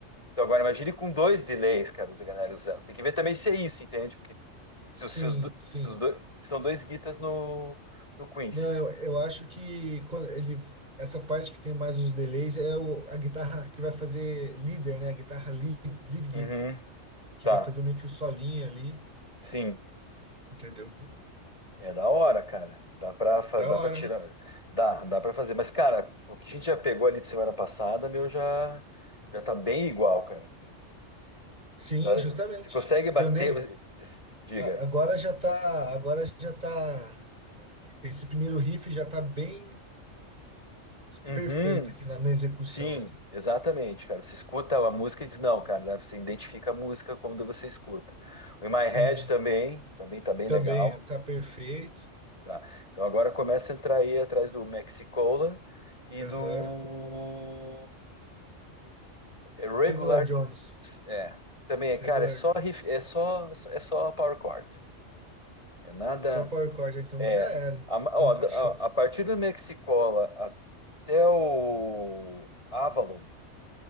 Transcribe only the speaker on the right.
Sim,
sim.
Não, eu eu acho que quando ele, essa parte que tem mais os delays é o, a guitarra que vai fazer leader, né? A guitarra lead, lead guitar,
que
vai fazer meio que o solinho ali,
entendeu?
Da
hora,
né?
Sim,
justamente.
E eu nem,
a- agora já tá, agora já tá, esse primeiro riff já tá bem
perfeito aqui na, na execução
aqui.
Sim,
também
tá perfeito.
Aham.
Regular Jones.
Regular
Jones.
Só Power Chord, então
já era.
Então
fechou.